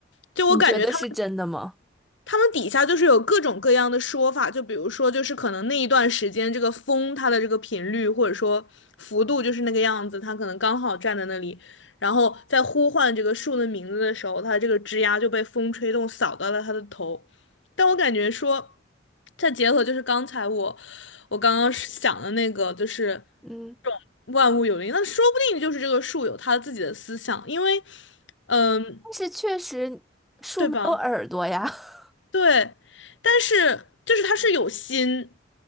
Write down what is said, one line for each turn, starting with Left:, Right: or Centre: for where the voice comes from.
Left: 就我感觉他们。
Centre: 你觉得是真的吗？
Left: 他们底下就是有各种各样的说法，就比如说，就是可能那一段时间这个风它的这个频率或者说幅度就是那个样子，它可能刚好站在那里，然后在呼唤这个树的名字的时候，它这个枝丫就被风吹动扫到了它的头。但我感觉说，再结合就是刚才我我刚刚想的那个，就是
Centre: 嗯，
Left: 这种万物有灵，那说不定就是这个树有它自己的思想，因为，嗯，
Centre: 但是确实
Left: 对吧？
Centre: 没有耳朵呀。<laughs>
Left: 对，但是就是它是有心，